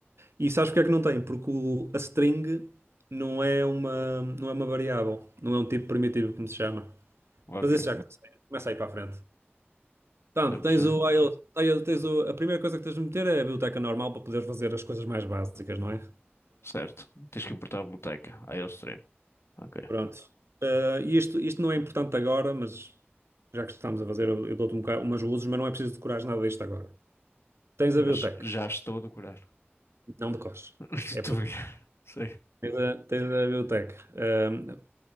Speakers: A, on the right; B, on the left.
A: E sabes porque é que não tem? Porque o- a string não é uma, não é uma variável. Não é um tipo primitivo, como se chama.
B: Ok,
A: Mas esse já começa, começa aí para a frente. Portanto,
B: já percebi.
A: tens o, IO aí tens o, a primeira coisa que tens de meter é a biblioteca normal para poderes fazer as coisas mais básicas, não é?
B: Certo. Tens que importar a biblioteca. Aí é o treino. Ok.
A: Pronto. Eh, E isto, isto não é importante agora, mas já que estamos a fazer, eu eu dou-te um boca- umas luzes, mas não é preciso decorar nada disto agora. Tens
B: Já,
A: a biotec,
B: já estou a decorar.
A: não decores.
B: <laughs> Muito
A: É por-
B: obrigado. Sei.
A: tens a, tens a biotec. Eh,